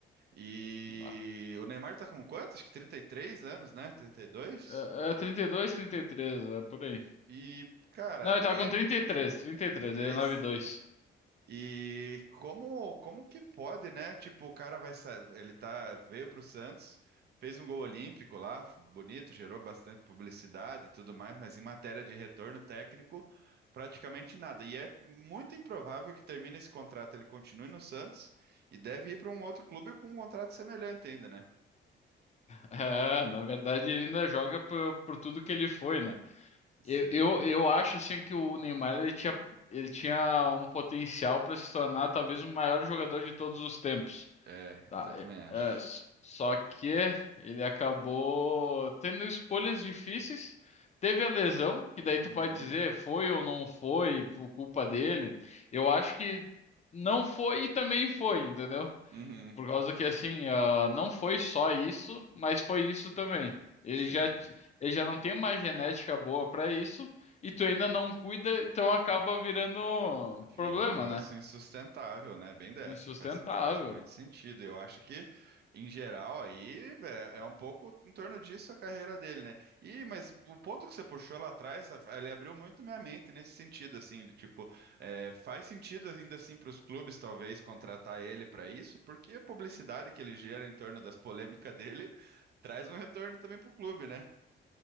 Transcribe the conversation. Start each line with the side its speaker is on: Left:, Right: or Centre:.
Right: E
Left: Bah.
Right: o Neymar tá com quanto? Acho que 33 anos, né, 32?
Left: É, é 32, 33, é por aí.
Right: E, cara,
Left: Não, ele tá
Right: é
Left: com 33, 33,
Right: 33.
Left: ele é 9-2.
Right: E três.
Left: <laughs>
Right: E como como que pode, né? Tipo, o cara vai sa- ele tá veio pro Santos, fez um gol olímpico lá, f- bonito, gerou bastante publicidade e tudo mais, mas em matéria de retorno técnico, praticamente nada. E é muito improvável que termine esse contrato, ele continue no Santos e deve ir para um outro clube com um contrato semelhante ainda, né?
Left: É, na verdade ele ainda joga por, por tudo que ele foi, né?
Right: Sim.
Left: Eu, eu, eu acho assim que o Neymar ele tinha, ele tinha um potencial pra se tornar talvez o maior jogador de todos os tempos.
Right: É,
Left: Tá,
Right: eu
Left: é,
Right: também acho.
Left: é, s- só que ele acabou tendo escolhas difíceis. Teve a lesão, que daí
Right: Uhum.
Left: tu pode dizer foi ou não foi por culpa dele. Eu acho que não foi e também foi, entendeu?
Right: Uhum.
Left: Por causa que assim, ah, não foi só isso, mas foi isso também. Ele
Right: Sim.
Left: já, t- ele já não tem uma genética boa pra isso e tu ainda não cuida, então acaba virando
Right: Vira
Left: problema,
Right: um negócio
Left: né?
Right: insustentável, né? Bem dessa,
Left: Insustentável.
Right: faz, faz muito sentido. Eu acho que, em geral, aí é, é um pouco em torno disso a carreira dele, né? E, mas o ponto que você puxou lá atrás, a- ele abriu muito minha mente nesse sentido, assim, do tipo, é, faz sentido ainda assim para os clubes, talvez, contratar ele para isso, porque a publicidade que ele gera em torno das polêmicas dele <laughs> traz um retorno também para o clube, né?